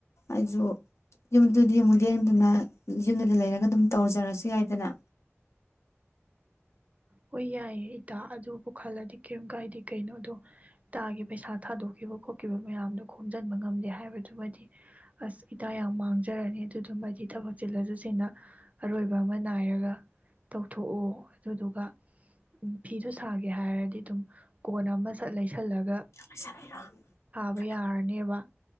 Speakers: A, on the left (about 75°); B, on the right (about 30°).
A: ꯑꯩꯁꯨ ꯌꯨꯝꯗꯗꯤ ꯑꯃꯨꯛ ꯂꯦꯡꯗꯅ ꯌꯨꯝꯗꯨꯗ ꯂꯩꯔꯒ ꯑꯗꯨꯝ ꯇꯧꯖꯔꯁꯨ ꯌꯥꯏꯗꯅ
B: ꯍꯣꯏ ꯌꯥꯏꯌꯦ ꯏꯇꯥ ꯑꯗꯨꯕꯨ ꯈꯜꯂꯗꯤ ꯀꯔꯤꯝ ꯀꯥꯏꯗꯦ ꯀꯩꯅꯣ ꯑꯗꯣ ꯏꯇꯥꯒꯤ ꯄꯩꯁꯥ ꯊꯥꯗꯣꯛꯈꯤꯕ ꯈꯣꯠꯈꯤꯕ ꯃꯌꯥꯝꯗꯣ ꯈꯣꯝꯖꯤꯟꯕ ꯉꯝꯗꯦ ꯍꯥꯏꯕꯗꯨꯃꯗꯤ ꯑꯁ ꯏꯇꯥ ꯌꯥꯝ ꯃꯥꯡꯖꯔꯅꯤ ꯑꯗꯨꯗꯨꯃꯗꯤ ꯊꯕꯛ ꯆꯤꯜꯂꯖꯁꯤꯅ ꯑꯔꯣꯏꯕ ꯑꯃ ꯅꯥꯏꯔꯒ ꯇꯧꯊꯣꯛꯑꯣ ꯑꯗꯨꯗꯨꯒ ꯎꯝ ꯐꯤꯗꯨ ꯁꯥꯒꯦ ꯍꯥꯏꯔꯒ ꯏꯇꯨꯝ ꯀꯣꯟ ꯑꯃꯁ ꯁꯠ ꯂꯩꯁꯜꯂꯒ
A: ꯆꯔ <unintelligible>
B: ꯇ ꯌꯥꯔꯅꯦꯕ